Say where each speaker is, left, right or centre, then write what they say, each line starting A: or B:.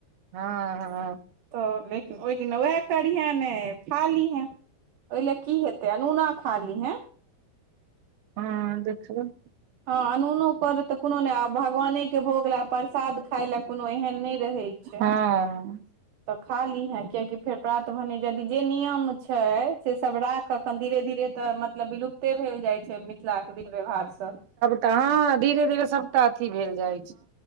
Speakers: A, on the right; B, on the right.
A: हां हां
B: तऽ लेकिन ओहि दिना उएह करिहे ने खा लिहेअ। ओहि लेय की हेतै अनूना खा लिहे।
A: हां देखबै।
B: हां अनूनो करइ तऽ कुनू नैय आब भगवानेके भोग लैय प्रसाद खाय लैय कुनू एहन नैय रहैय छैय।
A: हँ
B: तऽ खा लिहे कियाकी फेर प्रात भने यदि जे नियम छैय से सब राख तखन धीरे-धीरे त मतलब विलुप्ते भेल जाइ छैय मिथिलाके वीध व्यवहार सब
A: त हं धीरे-धीरे सबटा अथी भेल जाय छै।